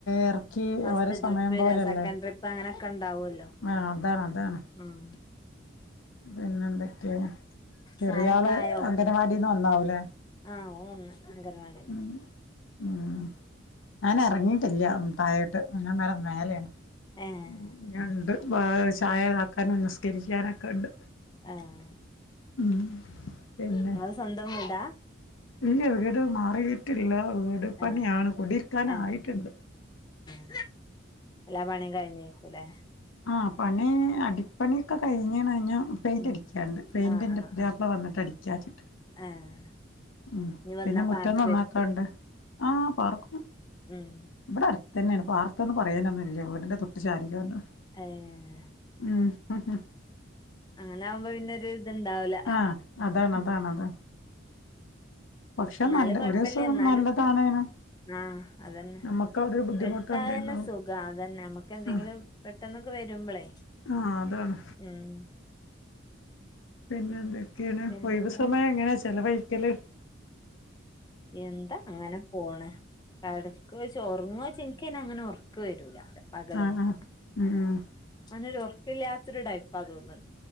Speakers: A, on the left; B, on the left.
A: എറക്കി
B: ഫസ്റ്റ്
A: ഓര സമയം
B: ട്രിപ്പ്
A: പോലല്ലേ
B: സെക്കൻഡ് ട്രിപ്പ് അങ്ങനൊക്കെ ഉണ്ടാവുമല്ലോ
A: ആ അതാണ് അതാണ്
B: ഉം
A: പിന്നെന്തെക്കെ ചെറിയള്
B: ചായക്കായോ
A: അംഗനവാടിന്ന് വന്നാവൂലേ
B: ആഹ് ഓൻ വന്ന് അംഗനവാടിന്ന്
A: ഉ ഉം ഞാനെറങ്ങിട്ടില്ല തായോട്ട് ഞാൻ മേല മലോണ്
B: ഏഹ്
A: ഉം ഞ ണ്ട് ചായതാക്കാൻ തിരിക്കാനൊക്കെണ്ട്
B: ആഹ്
A: ഉം പിന്നെ
B: <unintelligible> സ്വന്തം വിടാ
A: ഇല്ല വീട് മാറിയിട്ടില്ല വീട് പണിയാണ്
B: ഏഹ്
A: കൊടിരിക്കാന
B: ഏഹ്
A: ആയിട്ടുണ്ട്
B: <unintelligible> എല്ലാ പണി കഴിഞ്ഞക്കൂലേ
A: ആഹ്, പണി അടിപ്പണി ഒക്കെ കഴിഞ്ഞ് ണ് ഇഞ്ഞ് പെയിന്റടിക്ക്യാണ്ട്
B: ഉം
A: പെയിന്റ്
B: ആഹ്
A: ഇന്റെ
B: ആഹ്
A: പുതിയാപ്ല
B: ആഹ്
A: വന്നിട്ട് അടിക്ക്യാച്ചിട്ട്
B: ആഹ്
A: ഉം
B: ഇനി
A: പിന്നെ
B: വന്നാ
A: മുറ്റം
B: പാർക്കുവായിരിക്കും
A: നന്നാക്കാൻണ്ട് ആ പാർക്കും
B: ഉം
A: ഇവിടെ അടുത്തന്നെയാണ് പാർക്കാന്ന് പറയാനൊന്നും ഇല്ല വീടിന്റെ തൊട്ട് ചാരിക്കാണ്ടാണ്
B: ഏഹ്
A: ഉം അഹ്
B: അങ്ങനെ ആവുമ്പോ പിന്നൊരു ഇതുണ്ടാവുല്ല
A: ആഹ് അതാണ് അതാണ് അതാണ് പക്ഷെ
B: ന്നാലും
A: നല്ല
B: കൊഴപ്പല്ല്യ
A: ഒരു ദിവസം
B: ന്നാലും
A: നല്ലതാണേനും
B: ആഹ് അതന്നെ
A: നമ്മക്ക് അതൊരു ബുദ്ധിമുട്ട്
B: എടുത്തായാലന്നെ
A: എന്തേലും
B: സുഖം അതന്നെ നമ്മുക്ക് എന്തെങ്കിലും
A: ആഹ്
B: പെട്ടെന്നൊക്കെ വരുമ്പളേ
A: ആഹ് അതാണ്
B: ഉം
A: പിന്നെ എന്തെ ക്കേണ്
B: പിന്നെന്താ
A: ഒഴിവ് സമയം എങ്ങനെ ചിലവഴി ക്കല്
B: എന്താ അങ്ങനെ പോണ് കടക്കോയ്ച്ചാ ഒർങ്ങോയ്ച്ചാ ക്ക്ന്നെ അങ്ങനെ ഒർക്ക് വരൂല്ല <unintelligible> പകലൊന്നും
A: ആഹ് ആഹ് ഉം ഉം
B: അങ്ങനൊരൊർ ക്കില്ലാത്തൊരു ടൈപ്പാ തോന്ന്